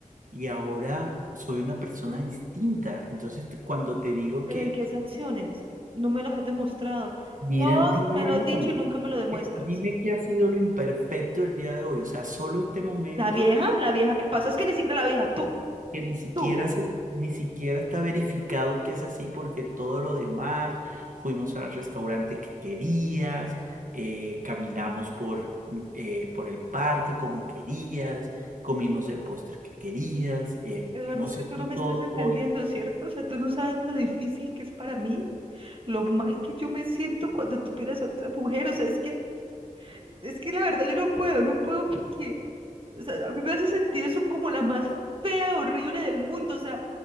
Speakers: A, on the right; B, on the right.
A: y ahora soy una persona distinta. Entonces, te- cuando te digo
B: Pero
A: que
B: ¿en qué esas acciones? No me los has demostrado.
A: mira
B: Todos
A: el día
B: me
A: de
B: lo has dicho
A: hoy,
B: y nunca me lo demuestras.
A: eh, dime qué ha sido lo imperfecto del día de hoy, o sea, solo este momento.
B: La vieja, la vieja que pasó, es que ni siquiera la vieja, tú.
A: que ni siquiera
B: Tú,
A: se, ni siquiera está verificado que es así porque todo lo demás, fuimos al restaurante que querías, eh, caminamos por, eh, por el parque como querías, comimos el postre que querías, eh,
B: Eduardo,
A: hemos
B: es que
A: hecho
B: tú no me
A: todo
B: estás entendiendo,
A: hoy,
B: ¿cierto? O sea, tú no sabes lo difícil que es para mí, lo mal que yo me siento cuando tú miras a otra mujer. O sea, es que Es que la verdad yo no puedo, no puedo porque, o sea, a mí me hace sentir eso como la más fea, horrible del mundo, o sea,